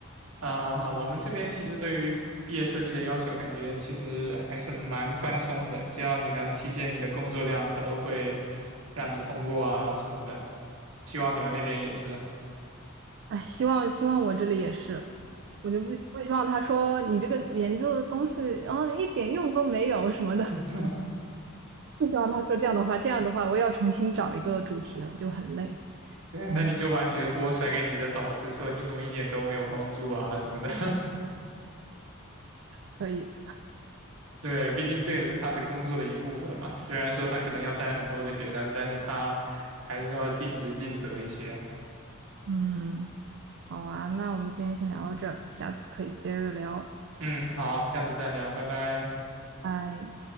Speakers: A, on the right (about 75°); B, on the right (about 55°).
A: 啊，我们这边其实对于毕业设计的要求，感觉其实还是蛮宽松的，只要你能体现你的工作量，他都会让你通过啊什么的。希望你们那边也是。
B: 哎，希望希望我这里也是。我就不不希望他说你这个研究的东西，嗯，一点用都没有什么的。
A: <laughs>
B: 不希望他说这样的话，这样的话我要重新找一个主题了，就很累。
A: 对，
B: 嗯，
A: 那你就把你的锅甩给你的导师，说你怎么一点都没有帮助啊什么的。<laughs>
B: 可以，
A: 对，毕竟这也是他的工作的一部分嘛。虽然说他可能要带很多的学生，但是他还是要尽职尽责一些。
B: 嗯，好啊，那我们今天先聊到这儿，下次可以接着聊，
A: 嗯，好，下次再聊，拜拜。
B: 拜。